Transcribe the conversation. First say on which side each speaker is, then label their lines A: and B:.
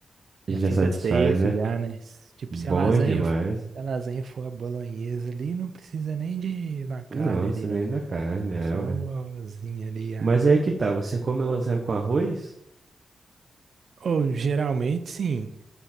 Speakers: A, on the right (about 60°); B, on the right (about 45°).
A: já
B: Já
A: fica
B: satisfaz,
A: safe
B: né?
A: já, né? Tipo,
B: Bom
A: se a lasanha,
B: demais.
A: se a lasanha for a bolonhesa ali, não precisa nem de na carne
B: Não,
A: ali,
B: não sei
A: não.
B: nem da carne, é,
A: Só
B: ué.
A: o arrozinho ali,
B: Mas é aí que tá, você come a lasanha com arroz?
A: Ou geralmente sim.